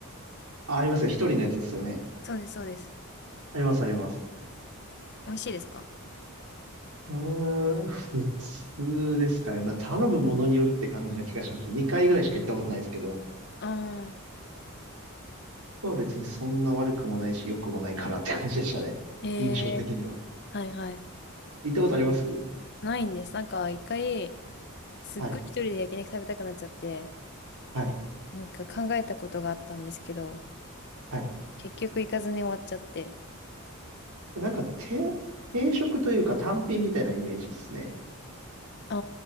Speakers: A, on the right; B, on the left.
A: あ、ありますよ。一人のやつですよね。
B: そうです、そうです。
A: あります、あります。
B: 美味しいですか
A: うーん、普通ですかね。まあ、頼むものによるって感じな気がしました。2回ぐらいしか行ったことないですけど、
B: ああ、
A: まあ別にそんな悪くもないし、良くもないかなって感じでしたね。
B: ええ
A: 印象的には。
B: はいはい。
A: 行ったことあります
B: ないんです。なんか一回、すっごい一人で焼肉食べたくなっちゃって、
A: はい。はい。
B: なんか考えたことがあったんですけど、
A: はい。
B: 結局行かずに終わっちゃって。
A: でなんか、定、定食というか単品みたいなイメージですね。
B: あ